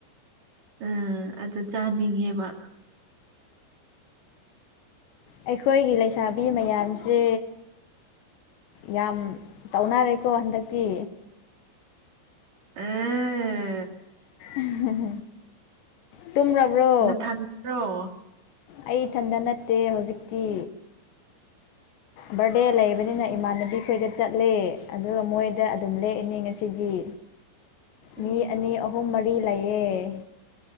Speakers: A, on the right (about 50°); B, on the left (about 70°).
A: ꯑꯥ ꯑꯗꯨ ꯆꯥꯅꯤꯡꯉꯦꯕ
B: ꯑꯩꯈꯣꯏꯒꯤ ꯂꯩꯁꯥꯕꯤ ꯃꯌꯥꯝꯁꯦ ꯌꯥꯝ ꯇꯧꯅꯔꯦꯀꯣ ꯍꯟꯗꯛꯇꯤ
A: ꯑ
B: ꯎꯝꯝ ꯇꯨꯝꯔꯕ꯭ꯔꯣ
A: ꯅꯊꯟꯇꯔꯣ
B: ꯑꯩ ꯏꯊꯟꯇꯅ ꯠꯇꯦ ꯍꯧꯖꯤꯛꯇꯤ ꯕꯥꯔꯗꯦ ꯂꯩꯕꯅꯤꯅ ꯏꯃꯥꯟꯅꯕꯤ ꯈꯣꯏꯗ ꯆꯠꯂꯦ ꯑ ꯃꯣꯏꯗ ꯑꯗꯨꯝ ꯂꯦꯛꯑꯅꯤ ꯉꯁꯤꯗꯤ
A: <inaudible> ꯑꯦ
B: ꯃꯤ ꯑꯅꯤ ꯑꯍꯨꯝ ꯃꯔꯤ ꯂꯩꯑꯦ